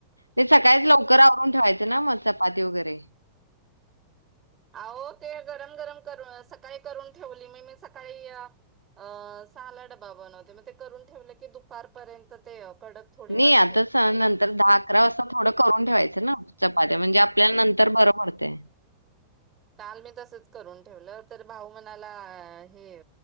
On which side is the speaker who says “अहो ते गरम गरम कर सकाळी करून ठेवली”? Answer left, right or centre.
Right